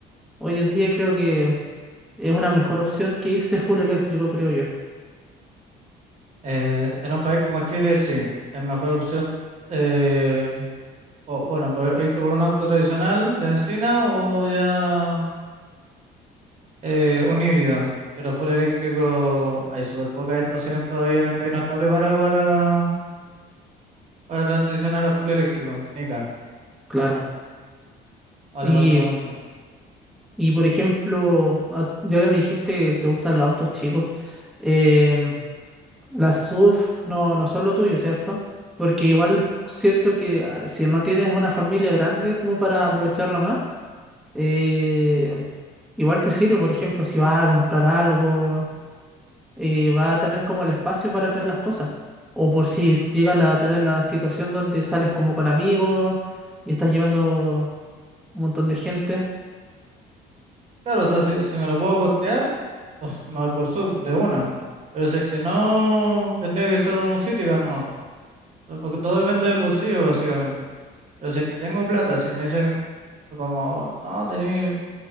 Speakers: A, in the centre; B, on the right (about 40°).
A: hoy en día y creo que es una mejor opción que irse full eléctrico, creo yo.
B: Eh, en un país como Chile, sí, es mejor opción, eh, o, bueno, por, irte por un auto tradicional de encina o ya eh, un híbrido, pero full eléctrico, hay súper pocas estaciones todavía en el país, no está preparado para, para transicionar a full eléctrico, ni acá,
A: Claro.
B: o
A: Y,
B: le falta mucho.
A: y por ejemplo, a- ya que me dijiste que te gustan los autos chicos, em, Las sub no, no son lo tuyo, ¿cierto? Porque igual siento que ah, si no tienes una familia grande como para aprovecharla más, eh, igual te sirve, por ejemplo, si vas a comprar algo, eh, vas a tener como el espacio para traer las cosas. O por si llegas a tener la situación donde sales como con amigos y estás llevando un montón de gente.
B: Claro, o sea, si, si me lo puedo costear, pues me voy por sub de una. Pero si es que no, tendría que ser un Citicar nomás, po. Porque todo depende del bolsillo, básicamente. Pero si es que tengo plata, si me dicen como, no, tenéis